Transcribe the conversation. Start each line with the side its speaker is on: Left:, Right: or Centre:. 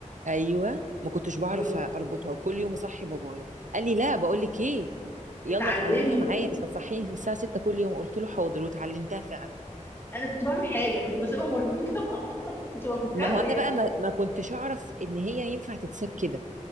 Right: ايوه ما كنتش بعرف
Left: ويوم
Right: اربطها وكل يوم اصحي بابايا قال لي لا بقول لك ايه يلا
Left: اتعلمي
Right: اتعلميها معايا مش هتصحيني الساعه 6 كل يوم قلت له حاضر واتعلمتها فعلا
Left: انا كنت بعمل حاجه كنت بسيبها مربوطه <laughs> كنت بفكها
Right: ما هو
Left: وهي
Right: انا بقى ما, ما كنتش اعرف ان هي ينفع تتساب كده